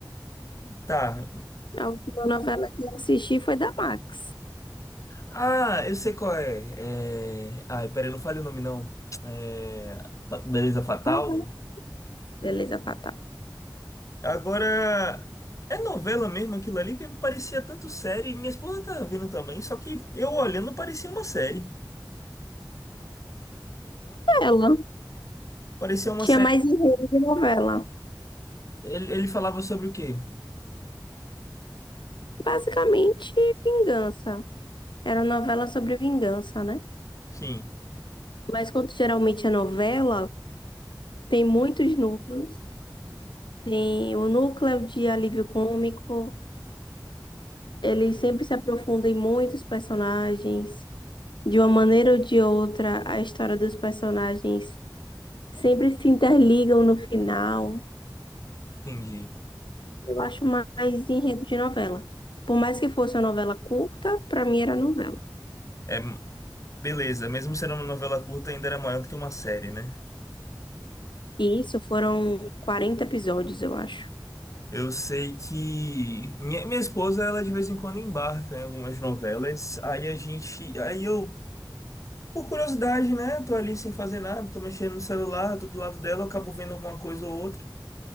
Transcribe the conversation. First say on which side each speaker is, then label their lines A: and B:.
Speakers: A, on the left (about 40°); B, on the left (about 75°).
A: Tá,
B: A última novela que eu assisti foi da Max.
A: Ah, eu sei qual é. É... Ai, peraí, não fale o nome não. É... Ba- Beleza Fatal.
B: Fala. Beleza Fatal.
A: Agora, é novela mesmo aquilo ali que me parecia tanto série. Minha esposa tá vendo também, só que eu olhando parecia uma série.
B: Ela
A: Parecia uma
B: tinha
A: série.
B: mais enredo de novela.
A: Ele, ele falava sobre o quê?
B: Basicamente, vingança. Era novela sobre vingança, né?
A: Sim,
B: Mas quando geralmente é novela, tem muitos núcleos Tem o núcleo de alívio cômico. Ele sempre se aprofunda em muitos personagens. De uma maneira ou de outra, a história dos personagens sempre se interligam no final.
A: entendi.
B: Eu acho mais enredo de novela. Por mais que fosse uma novela curta, pra mim era novela.
A: É, beleza, mesmo sendo uma novela curta, ainda era maior do que uma série, né?
B: E isso foram 40 episódios, eu acho.
A: Eu sei que minha, minha esposa, ela de vez em quando embarca em algumas novelas. Aí a gente. Aí eu Por curiosidade, né? Tô ali sem fazer nada, tô mexendo no celular, tô do lado dela, acabo vendo alguma coisa ou outra.